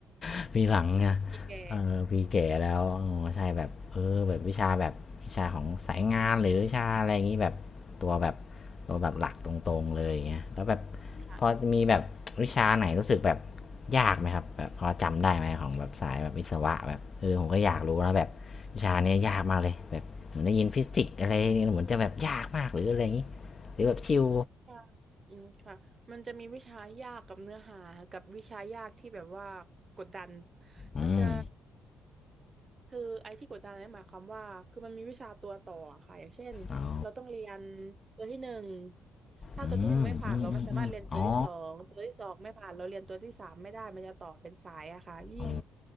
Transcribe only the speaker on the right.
พี่แก
อืมค่ะ
ค่ะ
อืมค่ะอืมค่ะมันจะมีวิชายากกับเนื้อหากับวิชายากที่แบบว่ากดดัน
มันจะ คือไอ้ที่กดดันเนี่ยหมายความว่าคือมันมีวิชาตัวต่อค่ะอย่างเช่นเราต้องเรียน
ตัวที่หนึ่งถ้าตัวที่หนึ่งไม่ผ่านเราไม่สามารถเรียนตัวที่สองตัวที่สองไม่ผ่านเราเรียนตัวที่สามไม่ได้มันจะต่อเป็นสายอะค่ะยิ่ง